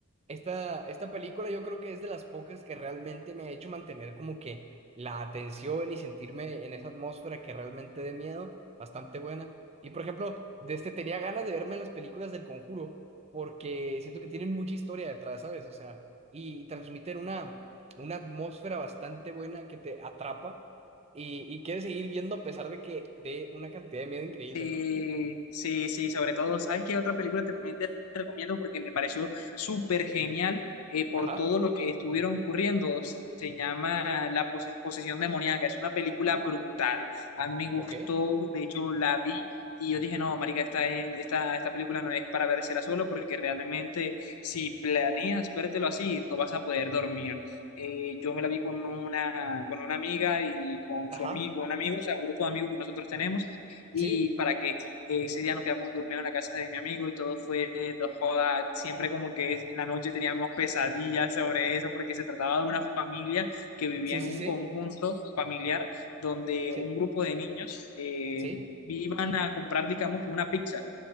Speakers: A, on the right; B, on the left.
A: esta, esta película yo creo que es de las pocas que realmente me ha hecho mantener como que la atención y sentirme en esa atmósfera que realmente de miedo, bastante buena. Y por ejemplo, de este tenía ganas de verme las películas del Conjuro porque siento que tienen mucha historia detrás, ¿sabes? O sea, y transmiten una, una atmósfera bastante buena que te atrapa y, y quieres seguir viendo a pesar de que de una cantidad de miedo increíble,
B: Sí,
A: ¿no?
B: sí, sí, sobre todo, ¿sabes qué otra película te- también te recomiendo? Porque me pareció súper genial eh, por
A: Ajá,
B: todo lo que estuvieron ocurriendo. Se llama La pose- posesión demoníaca, es una película brutal. A mí me gustó,
A: ok,
B: de hecho la vi y yo dije, no, marica, esta, es- esta, esta película no es para vérsela solo porque realmente si planeas vértelo así, no vas a poder dormir. Eh, yo me la vi con una, con una amiga y con
A: ajá,
B: su amigo, un amigo, o sea, un grupo de amigos que nosotros tenemos y
A: sí,
B: para que eh, ese día nos quedamos durmiendo en la casa de mi amigo y todo fue dos joda. Siempre como que es- en la noche teníamos pesadillas sobre eso porque se trataba de una familia que vivía
A: sí,
B: en
A: sí,
B: un
A: sí,
B: conjunto familiar donde
A: sí,
B: un grupo de niños eh,
A: sí.
B: iban a comprar, digamos, que una pizza